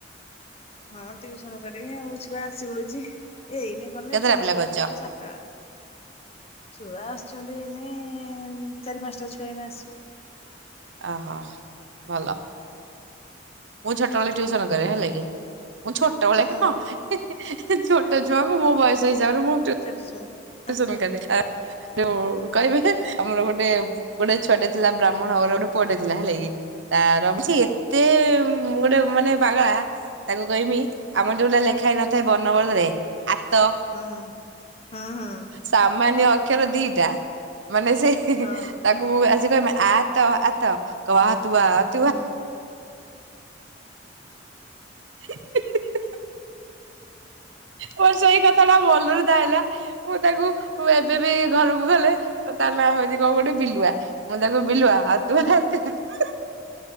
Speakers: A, on the left; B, on the right.
A: ହଁ ଟିଉସନ କରିବି ଆଉ ଛୁଆ ଆସିବଉଛି ଏଇନେ କ
B: କେତେଟା
A: ଛୁଆ
B: ପିଲା
A: ଆସିବ
B: କରିଛ
A: ଆସା ଜାଇ ଚା ଟା। ଛୁଆ ଆସୁଛନ୍ତି ଏଇନେ ଚାରି ପାଞ୍ଚଟା ଛୁଆ ଏଇନ ଆସିବେ।
B: ଅହ ଭଲ। ମୁଁ ଛୋଟବେଳେ ଟିଉସନ କରେ ହେଲେ କି ମୁଁ ଛୋଟବେଳେ
A: ହୁଁ
B: କଣ ହିଁ, ହିଁ ତୋ ଛୁଆଙ୍କୁ ମୋ ବୟସ ହିସାବରେ ମୁଁ
A: ସେଠ ଚ <unintelligible>
B: ସମ କଦ <unintelligible> ଯୋଉ କହିବେ ଆମର ଗୋଟେ ଗୋଟେ ଛୁଆଟେ ଥିଲା ବ୍ରାହ୍ମଣବର ଗୋଟେ ପୁଅଟେ ଥିଲା ହେଲା କି? ତାର ଛି ଏତେ ଗୋଟେ ମାନେ ପାଗଳା। ତାଙ୍କୁ କହମି ଆମର ଯୋଉ ଟା ଲେଖା ହେଇ ନଥାଏ ବର୍ଣବୋଧରେ ଆତ
A: ହଁ -ହଁ -।
B: ସାମାନ୍ୟ ଅକ୍ଷର ଦିଟା ମାନେ ସେହି
A: ହଁ
B: ହି ତାକୁ ଆଜି କ ଆ ଆତ କ ତୁ <unintelligible>
A: ହୁଁ।
B: ହ <unintelligible> ମୋର ସେଇ କଥାଟା ଭଲରେ ଯାଇଲା ମୁଁ ତାକୁ ଏବେ ବି ଘରକୁ ଗଲେ ତାର ନାଁ ହଉଛି କ ଗୋଟେ ବିଲୁଆ। ମୁଁ ଡାକେ ବିିଲୁଆ ଆ ତୁ <unintelligible>